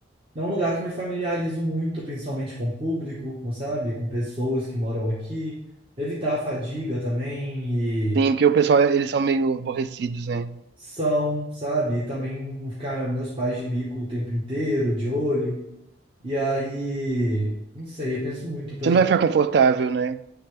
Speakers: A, on the right; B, on the right.
A: é um lugar que eu me familiarizo muito, principalmente com o público, com, sabe, com pessoas que moram aqui. Evitar a fadiga também e
B: Sim, porque o pessoal, eles são meio aborrecidos, né?
A: são, sabe? E também não ficar meus pais de bico o tempo inteiro, de olho. E aí, não sei, eu penso muito pra...
B: Você não vai ficar confortável, né?